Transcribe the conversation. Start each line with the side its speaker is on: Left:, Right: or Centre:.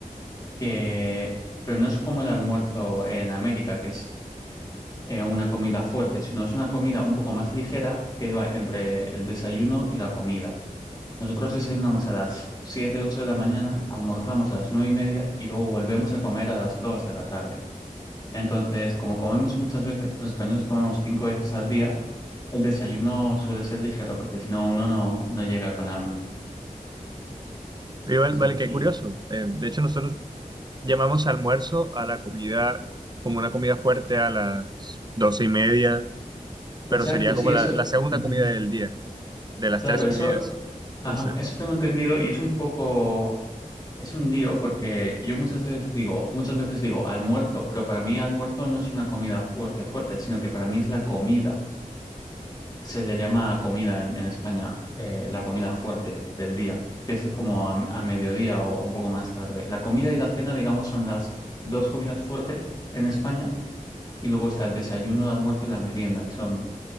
Left: que, pero no es como el almuerzo en América, que es eh, una comida fuerte, sino es una comida un poco más ligera que va entre el desayuno y la comida. Nosotros desayunamos a las 7 8 de la mañana, almorzamos a las 9 y media y luego volvemos a comer a las 2 de la tarde. Entonces, como comemos muchas veces, los españoles comemos cinco veces al día, el desayuno suele ser ligero porque si no uno no, no llega con hambre.
Right: Igual,
Left: Sí,
Right: vale, qué
Left: y
Right: curioso. Eh, de hecho, nosotros llamamos almuerzo a la comida, como una comida fuerte a las doce y media, pero
Left: exacto,
Right: sería como
Left: sí,
Right: la,
Left: eso.
Right: la segunda
Left: ujú.
Right: comida del día, de las
Left: Claro,
Right: tres
Left: eso,
Right: comidas.
Left: ajá,
Right: Entonces,
Left: eso tengo entendido y es un poco, es un lío porque yo muchas veces digo, muchas veces digo almuerzo, pero para mí almuerzo no es una comida fuerte, fuerte, sino que para mí es la comida. se le llama comida en, en España, eh, la comida fuerte del día, que es como a, a mediodía o un poco más tarde. La comida y la cena, digamos, son las dos comidas fuertes en España y luego está el desayuno, el almuerzo y la merienda, que son